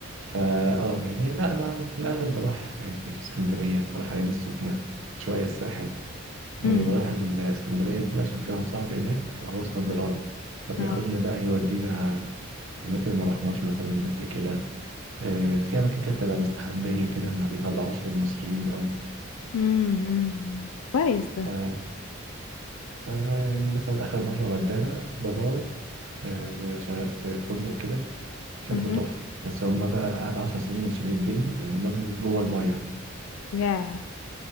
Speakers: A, on the right (about 70°); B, on the left (about 80°).
A: فا اه يعني لا انا في الاغلب بروح يعني في اسكندريه بروح العين السخنه شويه الساحل يعني
B: مم.
A: بروح الاسكندريه كده عشان في واحد صاحبي هناك هو اسكندراني فبياخدنا
B: آه.
A: بقى يودينا اماكن ما رحناش مثلا قبل كده آه في اماكن كده بتبقى مستخبيه كده ما بيطلعوش للمصريين قوي
B: امم أمم. كويس ده
A: آه آه، يعني مثلا اخر مره ودانا بابا آه، شغال في فندق كده شكله
B: امم
A: تحفة بس هما بقى قعد عشر سنين عشان يتبني لأنه مبني جوه المية
B: يا